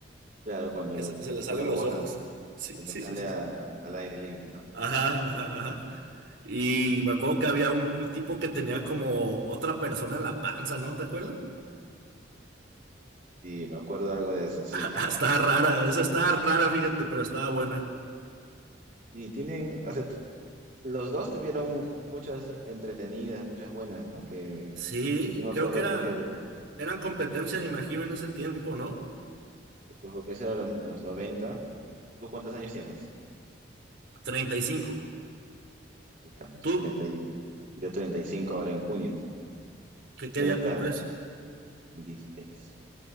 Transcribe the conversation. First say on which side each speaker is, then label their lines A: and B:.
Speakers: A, on the right; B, on the right.
A: Claro, cuando
B: Que
A: lo,
B: se, se le salen
A: cuando lo
B: los
A: botan,
B: ojos. <laughs> Sí,
A: cuando
B: sí,
A: sale
B: sí, sí.
A: a-
B: sí.
A: al aire libre, ¿no?
B: Ajá, ajá, ajá. Y me acuerdo que había un, un tipo que tenía como otra persona en la panza, ¿no? ¿Te acuerdas?
A: Sí, me acuerdo algo de eso, sí.
B: <laughs> Estaba rara, esa estaba rara, fíjate, pero estaba buena.
A: Y tienen, o sea, t- los dos tuvieron muchas entretenidas, muchas buenas, ¿no? Que
B: Sí,
A: Yo me acuerdo
B: creo que era,
A: pues que,
B: eran competencia, me imagino, en ese tiempo, ¿no?
A: sí, pues, porque eso era los, los 90. ¿Tú cuántos años tienes?
B: treinta y cinco
A: Ahí estamos,
B: ¿Tú
A: 30 y yo 35 ahora en junio.
B: qué, qué
A: Entonces,
B: día
A: claro,
B: cumples?
A: pues, el dieciséis